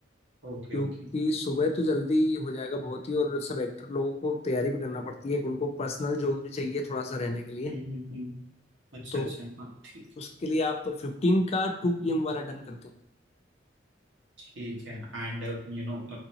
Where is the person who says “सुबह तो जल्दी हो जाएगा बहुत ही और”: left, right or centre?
Left